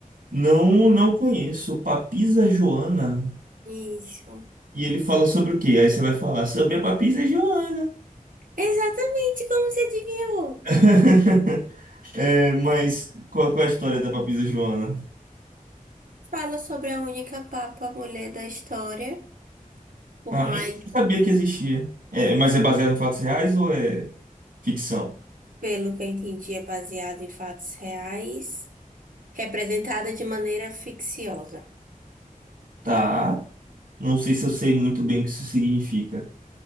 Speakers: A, on the right (about 90°); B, on the right (about 70°).
A: Não, não conheço. Papisa Joana.
B: Isso.
A: E ele fala sobre o quê? Aí você vai falar sobre a Papisa Joana.
B: Exatamente como você adivinhou.
A: <laughs> É, mas qual, qual é a história da Papisa Joana?
B: Fala sobre a única papa mulher da história, por
A: Ah,
B: mais,
A: nem sabia que existia. É, mas é baseado em fatos reais ou é ficção?
B: pelo que eu entendi, é baseado em fatos reais, representada de maneira ficciosa.
A: Tá. Não sei se eu sei muito bem o que isso significa.